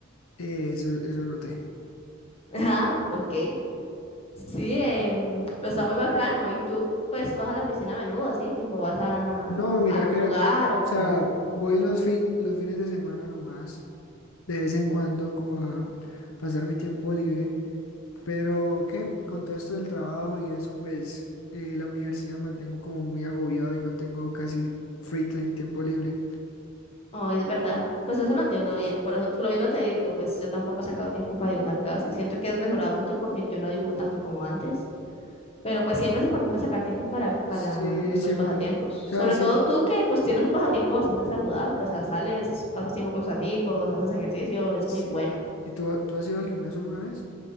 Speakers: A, on the left; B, on the left.
A: eh, eso, eso noté.
B: <laughs> Ajá, ok. Sí, em, pero está muy bacano. ¿Y tú, pues, vas a la piscina a menudo, así? Tipo, ¿vas a,
A: No,
B: a
A: mira
B: algún
A: que,
B: lugar
A: o
B: o
A: sea,
B: cómo?
A: voy los, fin, los fines de semana nomás, de vez en cuando, como a pasar mi tiempo libre. Pero que con todo esto del trabajo y eso, pues eh, la universidad mantengo como muy agobiado y no tengo casi free time, tiempo libre.
B: Oh, y es verdad. Pues eso lo entiendo bien. Por eso tú lo mismo te digo, pues yo tampoco he sacado tiempo para dibujar casi. Siento que he mejorado mucho porque yo no dibujo tanto como antes. Pero pues siempre es importante sacar tiempo para, para
A: Sí,
B: nuestros
A: siempre.
B: pasatiempos.
A: O sea,
B: Sobre
A: sí.
B: todo tú que pues tienes un pasatiempo bastante saludable. O sea, sales, pasas tiempo con tus amigos, haces ejercicio, es
A: sí.
B: muy bueno.
A: ¿Y tú, tú has ido al gimnasio alguna vez?